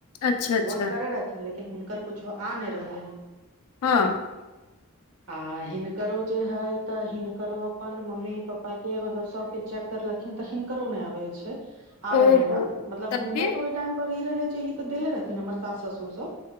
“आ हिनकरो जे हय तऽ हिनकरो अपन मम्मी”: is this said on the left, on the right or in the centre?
Right